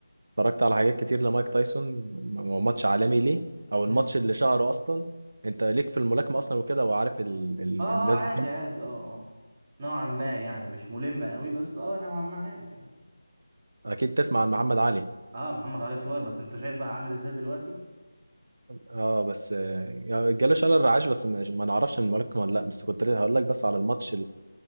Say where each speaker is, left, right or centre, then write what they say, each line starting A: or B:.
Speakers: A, on the right (about 55°); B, on the right (about 25°).
A: اتفرجت على حاجات كتير لمايك تايسون م- م- ماتش عالمي ليه أو
B: امم
A: الماتش اللي شهره أصلا أنت ليك في الملاكمة أصلا وكده وعارف ال... ال...
B: اه اه
A: الناس
B: عادي
A: بتاعته.
B: عادي اه اه نوعا ما يعني مش ملم قوي بس اه نوعا ما عارف يعني
A: أكيد تسمع عن محمد علي
B: اه محمد علي كلاي بس انت شايف بقى عامل ازاي دلوقتي
A: أه بس آه، جاله شلل رعاش بس مش- ما نعرفش من الملاكمة ولا لأ بس كنت هقول لك بس على الماتش